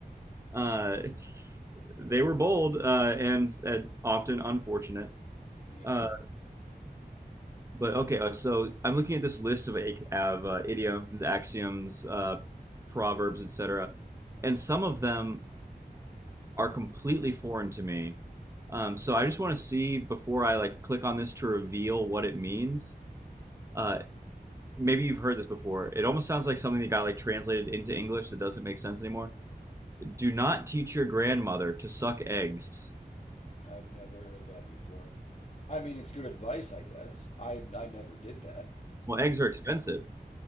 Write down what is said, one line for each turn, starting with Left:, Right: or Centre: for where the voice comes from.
Right: uh, it's they were bold uh, and, and often unfortunate.
Left: Yeah,
Right: Uh, but okay, uh, so I'm looking at this list of, ac- of uh, idioms, axioms, uh, proverbs, etc. And some of them are completely foreign to me. Um, so I just want to see before I like click on this to reveal what it means. Uh, maybe you've heard this before. It almost sounds like something that got like translated into English that doesn't make sense anymore. Do not teach your grandmother to suck eggs.
Left: I've never heard that before. I mean, it's good advice, I guess. I I never did that.
Right: Well, eggs are expensive,